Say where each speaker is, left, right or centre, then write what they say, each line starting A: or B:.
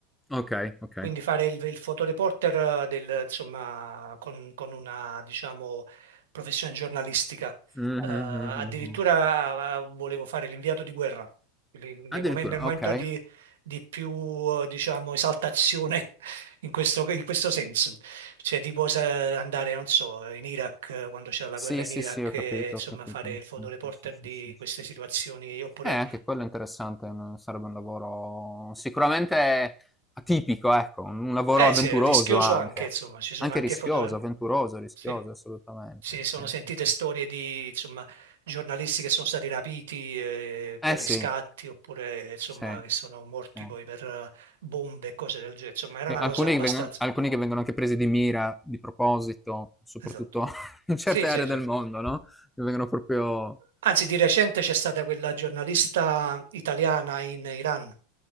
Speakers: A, in the centre; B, on the right (about 80°).
A: Okay, okay.
B: Quindi fare il, il fotoreporter del, insomma, con, con una, diciamo, professione giornalistica.
A: Mh-mh,
B: Eh, addirittura
A: mh, mh, mh.
B: eh, volevo fare l'inviato di guerra. Quindi Nel
A: Addirittura,
B: momen- nel momento
A: okay.
B: di, di più, eh, diciamo, esaltazione <laughs> in questo, in questo senso. Cioè, tipo se andare, non so, in Iraq, eh, quando c'era la
A: Sì,
B: guerra in
A: sì,
B: Iraq,
A: sì, ho
B: e,
A: capito,
B: insomma,
A: ho capito.
B: fare il fotoreporter
A: Sì, sì, sì,
B: di
A: sì, sì,
B: queste situazioni,
A: sì.
B: oppure...
A: Eh, anche quello è interessante, un sarebbe un lavoro sicuramente atipico, ecco, un lavoro
B: Eh,
A: avventuroso
B: sì, è rischioso
A: anche.
B: anche, insomma, ci sono
A: Anche
B: anche
A: rischioso,
B: foto...
A: avventuroso, rischioso,
B: Sì.
A: assolutamente.
B: Si
A: Sì,
B: sono sentite
A: sì, sì.
B: storie di, insomma, giornalisti che sono stati rapiti eh, per
A: Eh sì,
B: riscatti oppure, insomma,
A: sì,
B: che sono morti
A: sì.
B: poi per eh, bombe e cose del genere. Insomma, era
A: E
B: una
A: alcuni
B: cosa abbastanza...
A: che vengono, alcuni che vengono anche presi di mira, di proposito, soprattutto
B: Esatto.
A: <laughs> in certe
B: Sì, sì,
A: aree
B: sì.
A: del mondo, no? Che vengono proprio...
B: Anzi, di recente c'è stata quella giornalista italiana in Iran